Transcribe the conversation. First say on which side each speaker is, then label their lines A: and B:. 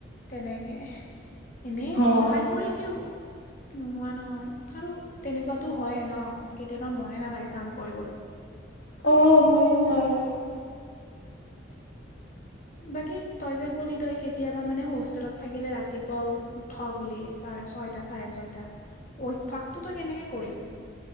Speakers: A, on the left (about 40°); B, on the left (about 70°).
A: তেনেকে এনেই
B: অ
A: সহায় কৰি দিও। নোহোৱা নহয় আৰু তেনেকুৱাতো হয়ে ন, কেতিয়াবা মনে নাথাকে কাম কৰিবলে।
B: অ মোৰো হয়।
A: বাকী তই যে কলি তই কেতিয়াবা মানে হোষ্টেলত থাকিলে ৰাতিপুৱাও- থ বুলি চ ছয়টা চাৰে ছয়টা অভ্যাসটো তই কেনেকে কৰিলি-